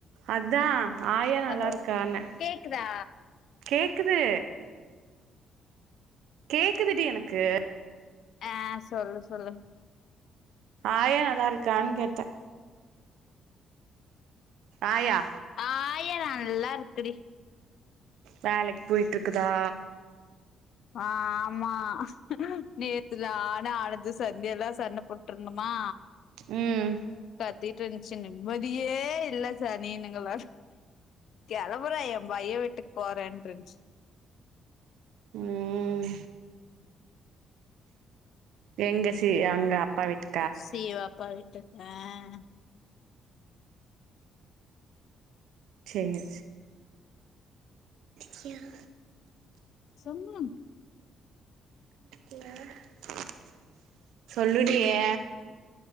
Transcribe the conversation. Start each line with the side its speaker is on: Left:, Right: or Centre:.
Right: அதா ஆயா நல்லாருக்கான்னே
Left: ஹலோ கேக்குதா
Right: கேக்குது கேக்குதுடி எனக்கு
Left: ஆ சொல்லு சொல்லு
Right: ஆயா நல்லாருக்கான் கேட்டே ஆயா
Left: ஆயா நல்லாருக்குடி
Right: வேலைக் போய்ட்ருக்குதா
Left: ஆமா நேத்து நானு அழுது சந்தியாலா சண்ட போ ட்ருந்தமா
Right: ம்
Left: கத்திட்ருன்ச்சு நிம்மதியே இல்ல சனியனுங்கள கெளம்புறே எ பையே வீட்டுக்கு போறேன்ருன்ச்சு
Right: ம் எங்க சி அங்க அப்பா வீட்டு
Left: சிவப்பா வீட்டுக்கு அ
Right: சேரி சேரி
Left: சும்மா
Right: <unintelligible> சொல்லுடியே